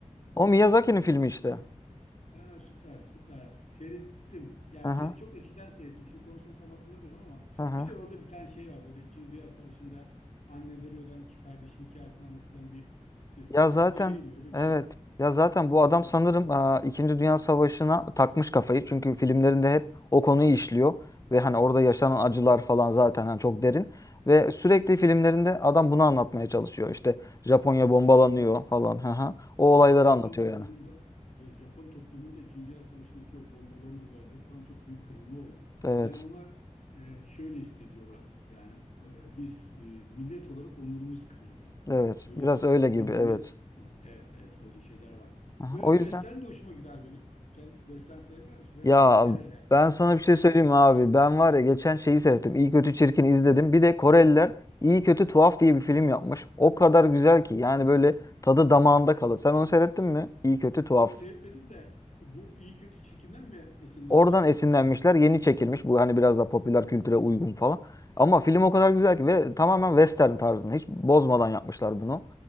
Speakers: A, on the left; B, on the left.
A: ha,
B: O Miyazaki'nin
A: ha,
B: filmi
A: onu
B: işte.
A: bir ha, süper süper seyrettim. Yani
B: Aha,
A: şey, çok eskiden seyrettim. Şimdi konusunu tam hatırlamıyorum ama
B: aha.
A: bir de orada bir tane şey var böyle İkinci Dünya Savaşı'nda anneleri ölen iki kardeşin hikayesini anlatılan bir, bir Spirit
B: Ya zaten
A: Away mi öyle bir
B: evet.
A: şey.
B: Ya zaten bu
A: O
B: adam
A: da çok
B: sanırım
A: güzeldi.
B: aa, İkinci Dünya Savaşı'na takmış kafayı. Çünkü filmlerinde hep o konuyu işliyor. Ve hani orada yaşanan acılar falan zaten hani çok derin. Ve
A: Hmm.
B: sürekli filmlerinde adam bunu anlatmaya çalışıyor. İşte Japonya
A: E
B: bombalanıyor
A: zaten ama
B: falan. Aha. O olayları
A: Japon
B: anlatıyor
A: toplumunda
B: yani.
A: evet, Japon toplumunda İkinci Dünya Savaşı'ndaki o bombalama olayları falan çok büyük kırılma oldu.
B: Evet.
A: Yani onlar e, şöyle hissediyorlar. Yani e, biz e, millet olarak onurumuz kırıldı.
B: Evet.
A: Öyle
B: Biraz
A: hissediyor
B: öyle
A: yani.
B: gibi.
A: Bir millet
B: Evet.
A: evet evet öyle şeyler var.
B: Aha,
A: Ve
B: O
A: Western
B: yüzden.
A: de hoşuma gider benim. Sen Western seyreder misin? Böyle
B: Ya
A: eskiler hele.
B: ben sana bir şey
A: iyi
B: söyleyeyim
A: kötü
B: mi abi.
A: çirkin falan.
B: Ben var ya geçen şeyi seyrettim. İyi Kötü Çirkin izledim. Bir de Koreliler İyi Kötü Tuhaf diye bir film yapmış. O kadar güzel ki yani böyle tadı damağında kalır. Sen onu seyrettin mi? İyi Kötü Tuhaf.
A: Yok seyretmedim de bu iyi kötü çirkinden mi esinlenmişler?
B: Oradan esinlenmişler. Yeni çekilmiş. Bu hani biraz daha popüler kültüre uygun falan. Ama film o kadar güzel ki ve tamamen western tarzında. Hiç bozmadan yapmışlar bunu.